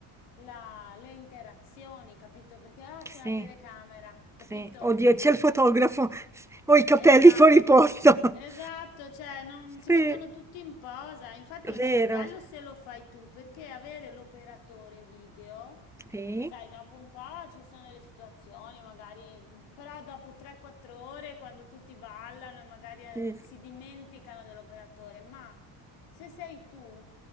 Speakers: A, on the left (about 80°); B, in the centre.
A: la- le interazioni, capito? Perché ah, c'è
B: Sì,
A: la telecamera, capito?
B: sì. Oddio, c'è il fotografo, <laughs> s ho i capelli
A: Esatto.
B: fuori posto. <laughs>
A: Esatto, cioè non si
B: Sì,
A: mettono tutti in posa, infatti è
B: vero.
A: molto bello se lo fai tu, perché avere l'operatore video,
B: Sì,
A: sai, dopo un po' ci sono le situazioni, magari, però dopo 3-4 ore, quando tutti ballano e magari eh,
B: sì,
A: si
B: sì.
A: dimenticano dell'operatore, ma se sei tu,